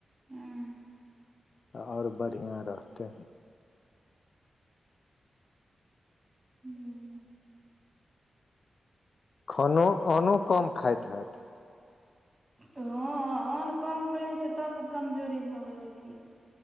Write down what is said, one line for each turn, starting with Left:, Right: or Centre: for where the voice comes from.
Right: हँ-
Left: तऽ और बढ़िआँ रहतै।
Right: हू -
Left: खानो, अनो कम खाइत हैत।
Right: हँ अन्न कम कने छै तब कमजोरी भऽ गेलै की।